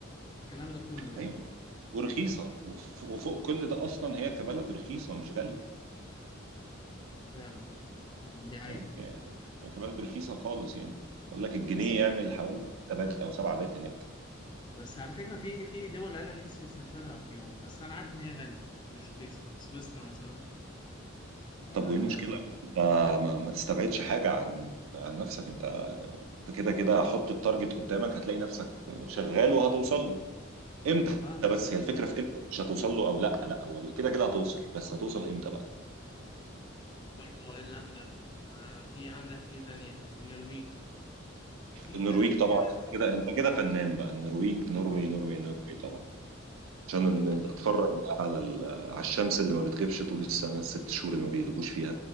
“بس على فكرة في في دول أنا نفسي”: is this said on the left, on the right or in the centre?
Left